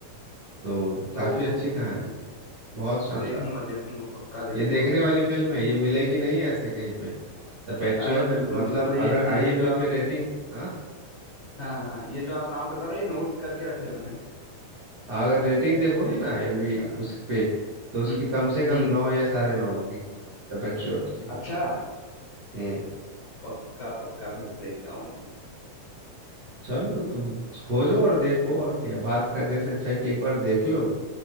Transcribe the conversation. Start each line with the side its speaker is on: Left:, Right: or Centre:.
Right: तो काफी
Left: तो वो
Right: अच्छी कहानी है बहुत शानदार
Left: देखूंगा देखूंगा पक्का देखूंगा
Right: ये देखने वाली फिल्म है ये मिलेगी नहीं ऐसे कहीं पे द पैट्रियट
Left: अरे बिल्कुल
Right: मतलब
Left: बिल्कुल ये
Right: अगर
Left: जो
Right: आईएमबी
Left: ये जो आप
Right: पे रेटिंग हाँ
Left: हाँ हाँ ये जो आप नाम बता रहे हो ये नोट करके रखे हैं मैंने
Right: हाँ, अगर रेटिंग
Left: कि इनको
Right: देखोगे
Left: एक
Right: ना
Left: एक
Right: आईएमबी
Left: करके निपटाना है।
Right: उस पे तो उसकी
Left: हम्म
Right: कम से कम
Left: हम्म
Right: नौ या साढ़े नौ होगी द पैट्रियट की
Left: अच्छा
Right: हम्म
Left: पक्का पक्का फिर तो देखता हूँ मैं
Right: चलो तो तुम खोजो और देखो और क्या बात करने से अच्छा है कि एक बार देख लो